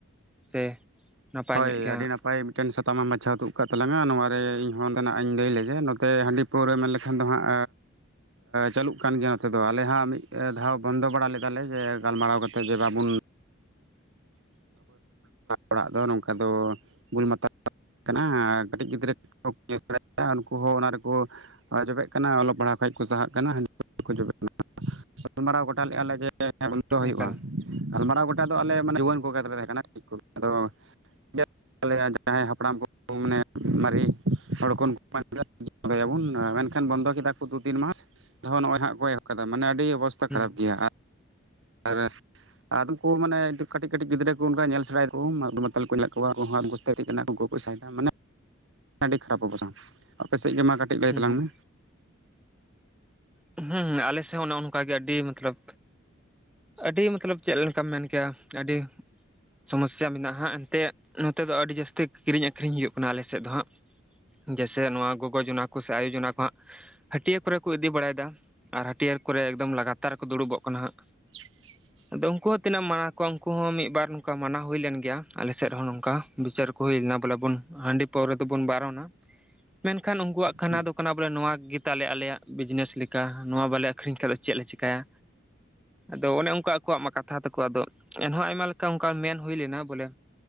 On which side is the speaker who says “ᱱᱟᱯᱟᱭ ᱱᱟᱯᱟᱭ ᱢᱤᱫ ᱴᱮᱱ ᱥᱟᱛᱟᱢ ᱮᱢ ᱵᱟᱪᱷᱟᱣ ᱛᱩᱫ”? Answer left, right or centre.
Right